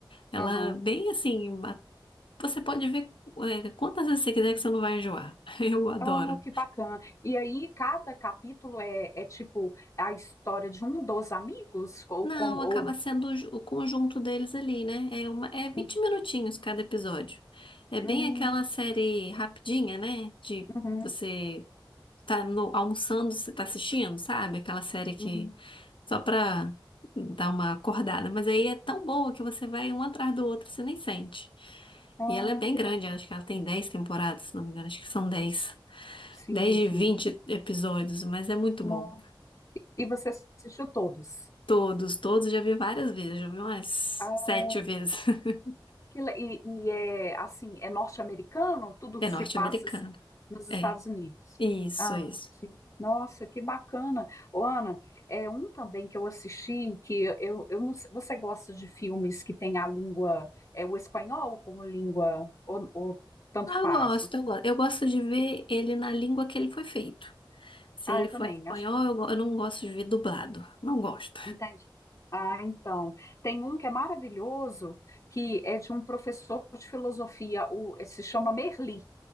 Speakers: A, on the left; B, on the left.
A: Ela
B: aham.
A: é bem assim. Você pode ver é, quantas vezes você quiser que você não vai enjoar. <laughs> Eu adoro.
B: Oh, que bacana. E aí, cada capítulo é, é tipo a história de um dos amigos? Ou
A: Não,
B: como.
A: acaba
B: Ou...
A: sendo ju- o conjunto deles ali, né? É, uma, é 20
B: Uhum,
A: minutinhos cada episódio. É bem
B: uhum,
A: aquela série rapidinha, né? De
B: uhum,
A: você tá no- almoçando, você tá assistindo, sabe? Aquela série que
B: uhum.
A: só pra dar uma acordada. Mas aí é tão boa que você vai um atrás do outro, você nem sente.
B: Ah,
A: E ela é bem
B: que
A: grande,
B: bacana.
A: acho que ela tem 10 temporadas, se não me engano, acho que são dez.
B: Sim,
A: 10 de
B: sim.
A: 20 episódios, mas é muito
B: Não.
A: bom.
B: E você assistiu todos?
A: Todos, todos já vi várias vezes, já vi umas
B: Ah,
A: sete vezes. <laughs>
B: Que le- E, e é assim, é norte-americano, tudo
A: É
B: se
A: norte-americana.
B: passa assim nos Estados
A: É,
B: Unidos.
A: isso,
B: Ah,
A: isso.
B: sim. Nossa, que bacana. Ô, Ana, é um também que eu assisti que eu, eu não sei- você gosta de filmes que tem a língua, é o espanhol como língua, ou, ou tanto
A: Ah, Eu
B: faz?
A: gosto, eu gosto. Eu gosto de ver ele na língua que ele foi feito. Se
B: Ah,
A: ele
B: eu
A: for
B: também,
A: em espanhol,
B: acho.
A: eu, go- eu não gosto de ver dublado. Não gosto.
B: Entende? Ah, então. Tem um que é maravilhoso, que é de um professor de filosofia, o, se chama Merli.